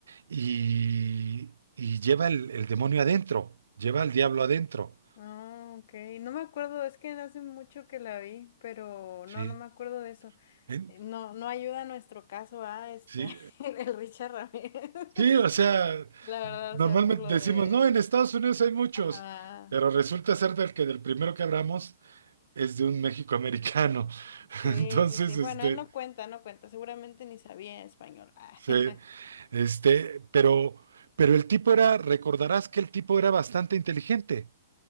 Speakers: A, on the right; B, on the left.
A: y, y lleva el, el demonio adentro, lleva al diablo adentro.
B: Ah, ok. No me acuerdo, es que hace mucho que la vi, pero
A: Sí.
B: no, no me acuerdo de eso.
A: En-
B: Eh, No, no ayuda a nuestro caso a este,
A: Sí,
B: <laughs> el Richard Ramírez. <laughs>
A: sí, o sea,
B: La verdad,
A: normalmente
B: o sea, por lo de...
A: decimos, no, en Estados Unidos hay muchos,
B: Ajá.
A: pero resulta ser del que del primero que abramos es de un México americano.
B: Sí,
A: <laughs> Entonces,
B: sí, sí. Bueno,
A: este,
B: él no cuenta, no cuenta. Seguramente ni sabía español. Ah.
A: se-
B: <laughs>
A: este, pero, pero el tipo era, recordarás que el tipo era bastante inteligente.